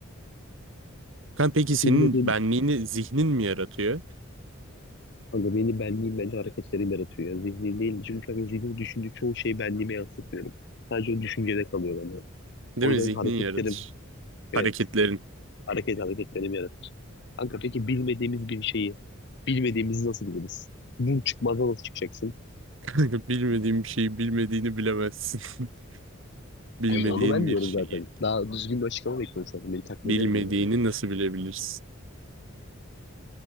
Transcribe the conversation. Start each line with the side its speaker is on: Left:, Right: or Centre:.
Right: Kan peki senin
Left: Bilmediğim
Right: benliğini zihnin mi yaratıyor?
Left: Kanka beni benliğim bence hareketlerim yaratıyor ya. Zihnim değil. Çünkü kanka zihnim düşündüğü çoğu şeyi benliğime yansıtmıyorum. Sadece o düşüncede kalıyor bende.
Right: Değil
Left: O
Right: mi?
Left: yüzden
Right: Zihnin
Left: hareketlerim,
Right: yaratır. Hareketlerin.
Left: evet hareket hareketlerim yaratır. Kanka peki bilmediğimiz bir şeyi, bilmediğimizi nasıl biliriz? Bu çıkmazdan nasıl çıkacaksın?
Right: <laughs> Kanka bilmediğin bir şeyi bilmediğini bilemezsin. <laughs> Bilmediğin
Left: Kanka onu ben
Right: bir
Left: diyorum
Right: şeyi
Left: zaten. Daha düzgün bir açıklama bekliyorum zaten. Beni takma
Right: bilmediğini
Left: derim yani.
Right: nasıl bilebilirsin?